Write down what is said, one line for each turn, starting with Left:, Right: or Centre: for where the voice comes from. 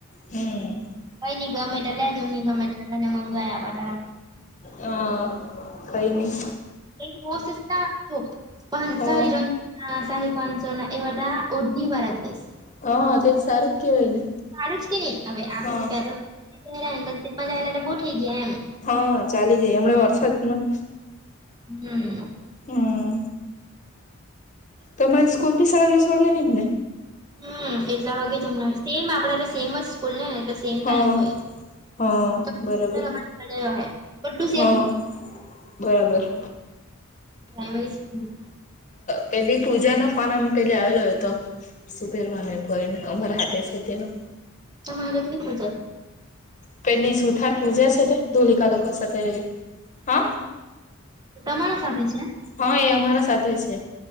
Left: હમ.
Right: કોઈ નઈ ગમેટ લેજો નહી ગમે એલે તને મંગાવયા ત.
Left: હા કઈ નહી.
Right: એ <unintelligible> પાચ
Left: હા
Right: સારી જન હા સાડ પાંચસો ના એ વાટા ઓઢની વારા ડ્રેસ
Left: હા તે સારું જ કેવાય ને
Right: હારુ જ કે નહી હવે આપણે.
Left: હા
Right: રા ઇન્ડસ્ટ્રી માં જાયેલા તો બહુ થઈ ગયા એમ.
Left: હા ચાલી જાય હમણા વરસાદમાં.
Right: હમ્મ
Left: હમ્મ તમારી સ્કૂલ ભી સાડા દસ વાગે નહી જ ને.
Right: હમ્મ એટલા વાગે જમને સેમ આપડાટ સેમ જ સ્કૂલ ને એટલે. સેમ ટાઈમ
Left: હા.
Right: હોય
Left: હા બરાબર
Right: રા જો બ ટુ સેમ
Left: હા
Right: હોય.
Left: બરાબર.
Right: Primary school.
Left: પેલી પૂજા ન ફન આમ પેલી આવેલો હતો. સુભેરવાને એને ઉમર હાથે છે તેનૉ
Right: તમારે હું થઈ જાય
Left: પેલી સુથાર પૂજા છે તે ધોલિકા લોકો સાથે હા
Right: તમારા સાથે છે.
Left: હા એ અમારા સાથે છે.